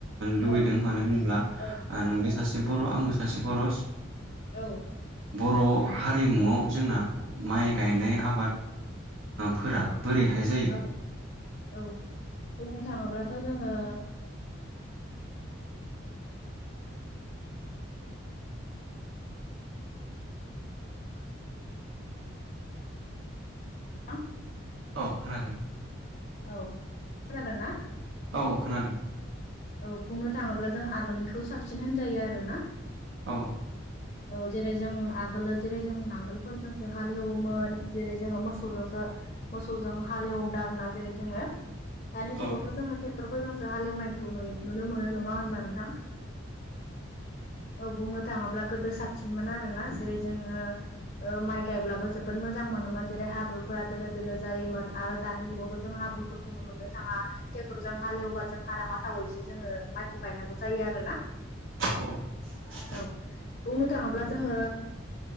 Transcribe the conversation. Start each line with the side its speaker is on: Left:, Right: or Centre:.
Right: लुबैदों
Left: औ
Right: मानो होनोब्ला
Left: औ
Right: नोंबो सासे बर' आंबो सासे बर'
Left: औ
Right: बर' हारिमुआव जोंना माइ गायनाय आबाद फोर बोरैहाय जायो।
Left: औ औ बुंनो थाङोब्लाथ' जोंङो <unintelligible>
Right: औ खोनादों
Left: औ खोनादोंना?
Right: औ खोनादों
Left: औ बुंनो थांङोब्ला जों आगोलनिखौ साबसिन होनजायो आरो ना
Right: औ
Left: औ जेरै जों आगोलो जेरै जों नांगोलफोरजोंसो हालेवोमोन जेरै जोंङो मोसौजोंसो मोसौजों हालेवना आरोना जेरै जोङो दानि जुगावथ'
Right: औ
Left: जोङोट्रेक्टरफोरजोंसो हालेवनायखौ नुयो नुनो मोनो नङा होनबा <unintelligible> औ बुंनो थाङोब्ला गोदो साबसिनमोन आरो ना जेरै जोङो माइ गायब्लाबो जोबोद मोजां मोनोमोन जेरै हाब्रुफोरा दोलो दोलो जायोमोन आरो दानि जुगावथ' जों हाब्रुफोरखौ ननो मोननो थाङा ट्रेक्टरजों हालेवबा जों हारा हा थावैसो जोङो माइखौ गायनांगौ जायो आरो ना
Right: <unintelligible>
Left: औ बुंनो थाङोब्ला जोङो